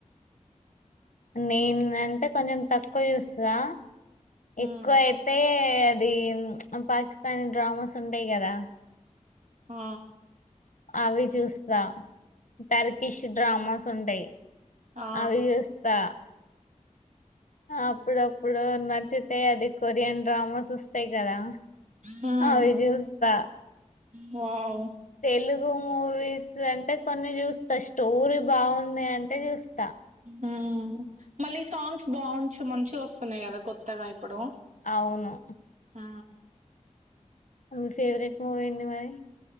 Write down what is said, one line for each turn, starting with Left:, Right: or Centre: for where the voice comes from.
Left: నేన్ అంటే కొంచెం తక్కువ చూస్తా
Right: హ్మ్.
Left: ఎక్కువ అయితే తె అది పాకిస్తానీ డ్రామాస్ ఉంటాయి కదా
Right: ఆ
Left: అవి చూస్తా టర్కిష్ డ్రామాస్ ఉంటాయి
Right: ఆ!
Left: అవి చూస్తా అప్పుడప్పుడు నచ్చితే అది కొరియన్ డ్రామాస్ వస్తాయ్ కదా
Right: హ్మ్.
Left: అవి జుస్తా
Right: వావ్
Left: తెలుగు మూవీస్ అంటే కొన్ని చూస్తా స్టోరీ బాగుంది అంటే చూస్ త్త
Right: మ్ మళ్ళీ సాంగ్స్ బాగుంచ్ మంచి వస్తున్నాయి కదా కొత్తగా ఇప్పుడు
Left: ఆవును
Right: అ
Left: మీ ఫేవ్రెట్ మూవీ ఏంది మరి